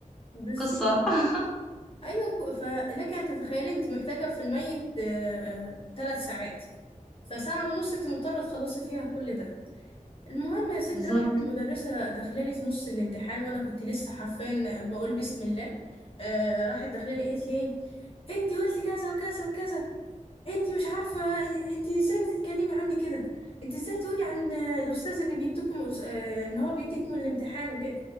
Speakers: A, on the left (about 45°); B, in the centre.
A: بز...
B: قصة <laughs>
A: ايوه كو- فلك ان تتخيلي انت محتاجة في الميت ثلاث ساعات فساعة ونص انت مضطرة تخلصي فيها كل ده المهم يا ستي
B: بالظبط
A: راحت المدرسة داخلالي في نص الامتحان وانا كنت لسه حرفيا بقول بسم الله آه راحت داخلالي قالت لي ايه انتي قلتي كذا وكذا وكذا انت مش عارفه انت ازاي بتتكلمي عني كده انت ازاي تقولي عن الاستاذ اللي بيديكم أس- آه، ان هو بيديكم الامتحان وكده